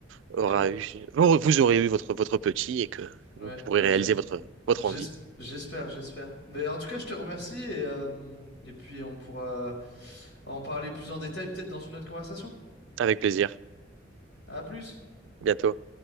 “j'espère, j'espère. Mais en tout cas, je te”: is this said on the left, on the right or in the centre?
Left